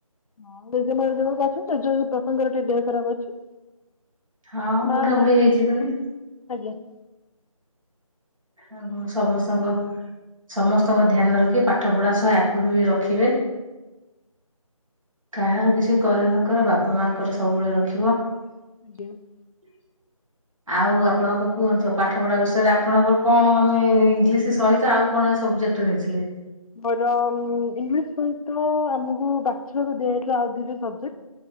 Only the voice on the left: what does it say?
ହଁ ଜେଜେମା ଜେଜେବାପା ଅଛନ୍ତି <inaudible> ସଙ୍ଗର ଟିକେ ଦେହ ଖରାପ ଅଛି।
ମା
ଭଲ
ଅଛନ୍ତି। ଆଜ୍ଞା।
ଆଜ୍ଞା
<inaudible>
ମୋର ଇଂଲିଶ ସହିତ ଆମକୁ ବାଛିବାକୁ ଦିଆଯାଇଥିଲା ଆଉ ଦିଟା ସବଜେକ୍ଟ।